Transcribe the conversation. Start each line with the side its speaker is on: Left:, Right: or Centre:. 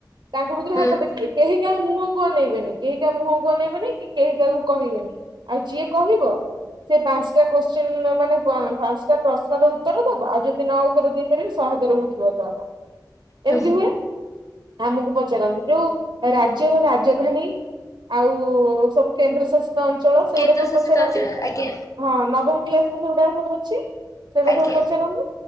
Right: ତାଙ୍କ ଭିତରୁ
Left: ହୁଁ।
Right: ହାତ ଟେକିଲେ କେହି କାହା ମୁହଁ କୁ ଅନେଇ ବେନି କେହି କାହା ମୁହଁ କୁ ଅନେଇବେନି କି କେହି କାହାକୁ କହିବେନି। ଆଉ ଯିଏ କହିବ ସେ ପାଞ୍ଚଟା କୋଶ୍ଚିନି ମାନେ ପା ପାଞ୍ଚଟା ପ୍ରଶ୍ନର ଉତ୍ତର ଦବ ଆଉ ଯଦି ନ ଉତର ଦେଇପାରିବି ଶହେ ଥର ଉଠ ବସ୍‌ ହେବ।
Left: ହୁଁ
Right: ଏମତି ହୁଏ ଆମକୁ ପଚାରନ୍ତି ଯୋଉ- ରାଜ୍ୟର ରାଜଧାନୀ ଆଉ ସବୁ କେନ୍ଦ୍ର ଶାସି ତ ଅଞ୍ଚଳ ସେଗୁଡାକ
Left: କେନ୍ଦ୍ର
Right: ସବୁ
Left: ଶାସିତ
Right: ପଚାରନ୍ତି
Left: ଅଞ୍ଚଳ ଆଜ୍ଞା
Right: ହଁ ନବମ କ୍ଲାସ ବିଷୟଉଡ଼ା ସବୁ ଅଛି। ସେରା
Left: ଆଜ୍ଞା।
Right: ସବୁ ପଚାରନ୍ତି